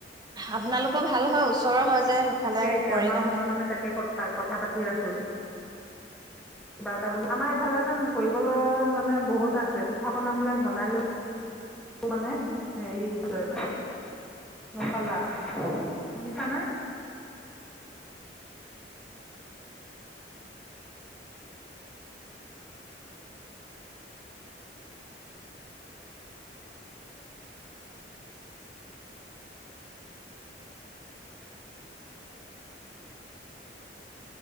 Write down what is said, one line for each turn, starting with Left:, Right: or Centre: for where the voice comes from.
Right: আপোনালোকৰ ভাল হয় ওচৰৰ হয় যে সেইফালে
Centre: তাকে এতিয়া
Right: মৰিগাঁও।
Centre: আমাৰ মই মানে <unintelligible> কথা পাতি আছো। কিবা এটা বোলো আমাৰ এইফালে যেন কৰিবলৈ মানে বহুত আছে পিঠা পনাবিলাক বনালো। <unintelligible> মানে হেৰি লয় মানে। গম পালা শুনিছা নে? <inaudible>